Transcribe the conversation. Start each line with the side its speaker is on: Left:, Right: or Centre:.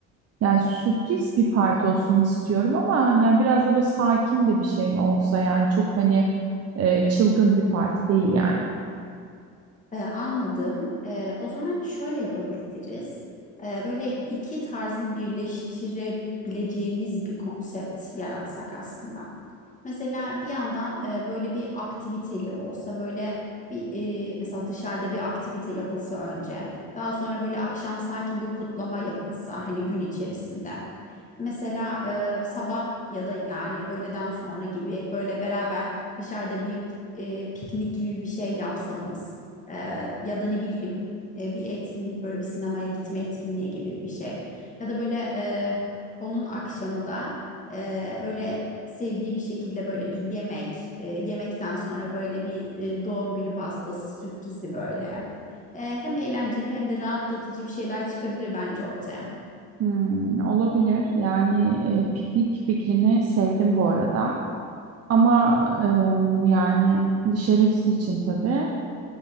Right: yani sürpriz bir parti olsun istiyorum ama yani biraz da böyle sakin de bir şey mi olsa yani çok hani e, çılgın bir parti değil yani.
Left: Ee, anladım. Ee, o zaman şöyle yapabiliriz. Ee, böyle iki tarzı birleştirebileceğimiz bir konsept yaratsak aslında. Mesela bir yandan e, böyle bir aktiviteli olsa böyle bir e, mesela dışarıda bir aktivite yapılsa önce daha sonra böyle akşam sakin bir kutlama yapılsa hani gün içerisinde. Mesela e, sabah ya da yani öğleden sonra gibi böyle beraber dışarıda bir e, piknik gibi bir şey yapsanız e, ya da ne bileyim e, bir etkinlik böyle bir sinemaya gitme etkinliği gibi bir şey ya da böyle e, onun akşamı da e, böyle sevdiği bir şekilde böyle bir yemek e, yemekten sonra böyle bir e, doğum günü pastası sürprizi böyle E, hem eğlenceli hem de rahatlatıcı bir şeyler çıkabilir bence ortaya.
Right: Hmm, olabilir. Yani e, piknik fikrini sevdim bu arada. Ama em, yani dışarısı için tabii.